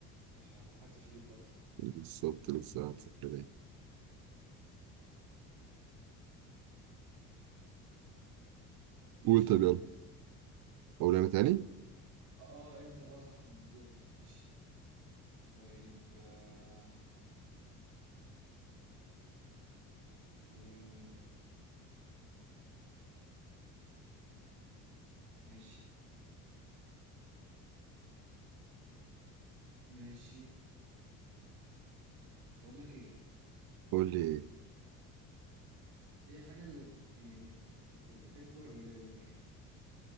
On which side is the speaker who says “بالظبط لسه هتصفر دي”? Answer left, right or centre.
Right